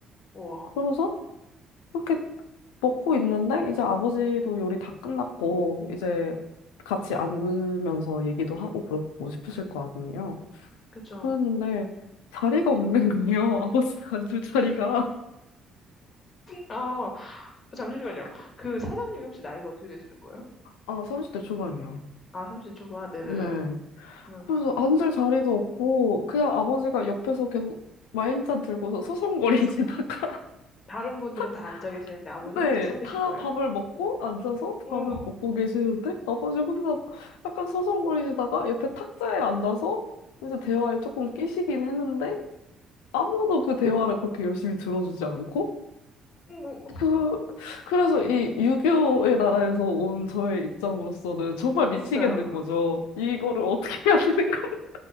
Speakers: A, on the left (about 40°); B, on the left (about 80°).
A: 우와.
B: 그래서 이렇게 먹고 있는데, 이제 아버지도 요리 다 끝났고, 이제 같이 앉으면서 얘기도 하고 그러고 싶으실 거 아니에요.
A: 그쵸.
B: 그랬는데, 자리가 없는 거예요. <laughs> 아버지가 앉을 자리가.
A: 아, 잠시만요.
B: 그-
A: 그 사장님이 혹시 나이가 어떻게 되시는 거예요?
B: 아, 30대 초반이요.
A: 아, 3 0 초반. 네네.
B: 네.
A: 음.
B: 그래서 앉을 자리도 없고 그냥 아버지가 옆에서 계속 와인잔 들고서 서성거리시다가
A: 다른
B: <laughs>
A: 분들은
B: 탁,
A: 다 앉아 계시는데 아버지
B: 네,
A: 혼자 서 계신
B: 다
A: 거예요?
B: 밥을 먹고 앉아서
A: 어머,
B: 밥을 먹고 계시는데 아버지 혼자 약간 서성거리시다가 옆에 탁자에 앉아서 이제 대화에 조금 끼시긴 했는데 아무도 그 대화를 그렇게 열심히 들어주지 않고
A: 어머,
B: 그 그래서 이 유교의 나라에서 온 저의 입장으로서는 정말
A: 그니까요.
B: 미치겠는 거죠. 이거를 어떻게 해야 되는 건가?